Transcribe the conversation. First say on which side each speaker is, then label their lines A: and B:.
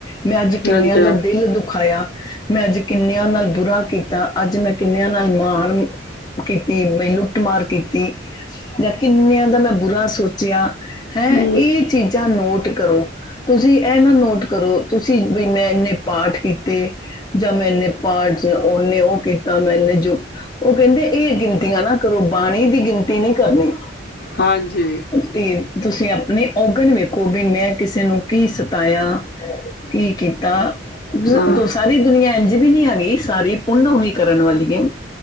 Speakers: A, on the left; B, on the left.
A: ਮੈਂ ਅੱਜ ਕਿੰਨਿਆਂ
B: ਹਾਂਜੀ
A: ਦਾ ਦਿਲ ਦੁੱਖ ਖਾਇਆ ਮੈਂ ਅੱਜ ਕਿੰਨਿਆਂ ਨਾਲ ਬੁਰਾ ਕੀਤਾ ਅੱਜ ਮੈਂ ਕਿੰਨਿਆਂ ਨਾਲ ਮਾਣ ਕੀਤੀ ਬੀ ਲੁੱਟ ਮਾਰ ਕੀਤੀ ਜਾਂ ਕਿੰਨਿਆਂ ਦਾ ਮੈਂ ਬੁਰਾ ਸੋਚਿਆ ਹੈਂ
B: ਹੂੰ
A: ਇਹ ਚੀਜ਼ ਨੋਟ ਕਰੋ ਤੁਸੀਂ ਇਹ ਨਾ ਨੋਟ ਕਰੋ ਤੁਸੀਂ ਵੀ ਮੈਂ ਇਨੇ ਪਾਠ ਕੀਤ ਤੇ ਜਾਂ ਮੈਨੇ ਪਾਠ ਉਹਨੇ ਓ ਕੀਤਾ ਮੈਨੇ ਜੋ ਉਹ ਕੈਂਦੇ ਇਹ ਗਿਣਤੀਆਂ ਨਾ ਕਰੋ ਬਾਣੀ ਦੀ ਗਿਣਤੀ ਨਈ ਕਰਨੀ।
B: ਹਾਂਜੀ
A: ਤੇ ਤੁਸੀਂ ਆਪਣੇ ਔਗਣ ਵੇਖੋ ਵੀ ਮੈਂ ਕਿਸੇ ਨੂੰ ਕੀ ਸਤਾਇਆ। ਕੀ ਕੀਤਾ। ਜ-
B: ਹਾਂ
A: ਸਾਰੀ ਦੁਨੀਆਂ ਇੰਝ ਵੀ ਨੀ ਹੈਗੀ ਸਾਰੀ ਪੁੰਨ ਵੀ ਕਰਨ ਵਾਲੀ ਏ।